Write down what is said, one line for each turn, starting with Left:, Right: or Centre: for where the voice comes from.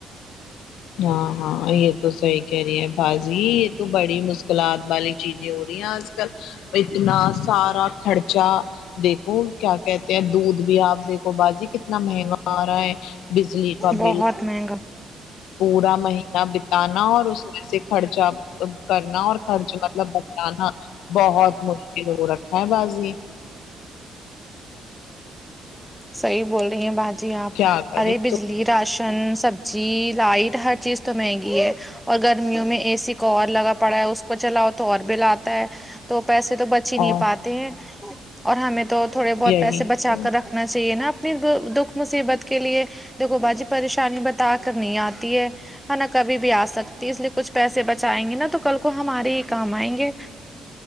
Left: ہاں ہاں یہ تو صحیح کہہ رہی ہیں بازی یہ تو بڑی مشکلات والی چیزیں ہو رہی ہیں آج کل اتنا سارا خرچہ دیکھو کیا کہتے ہیں دودھ بھی آپ دیکھ وہ باجی کتنا مہنگا آ رہا ہے بزلی کا
Centre: بہت
Left: بل
Centre: مہنگا
Left: پورا مہینہ بتانا اور اس ایسے خرچہ کرنا اور خرچ مطلب بچانا بہت مشکل کل ہو رکھا بازی
Centre: صحیح بول رہی ہیں باجی آپ
Left: کیا کرے
Centre: ارے بجلی
Left: تو
Centre: راشن سبزی لائٹ ہر چیز تو مہنگی ہے اور گرمیوں میں اے سی کو اور لگا پڑا ہے اس کو چلاؤ تو اور بل آت ا ہے تو پیسے تو بچ ہی نہیں
Left: اور
Centre: پاتے ہیں اور ہمیں تو تھوڑے بہت
Left: یہی
Centre: پیسے بچا کر رکھنا چاہیے نا اپنی د دکھ مصیبت کے لیے دیکھو باجی پریشانی بت ا کر نہیں آتی ہے ہے نا کبھی بھی آ سکتی ہے اس لیے کچھ پیسے بچائیں گے نا تو کل کو ہمارے کام آئیں گے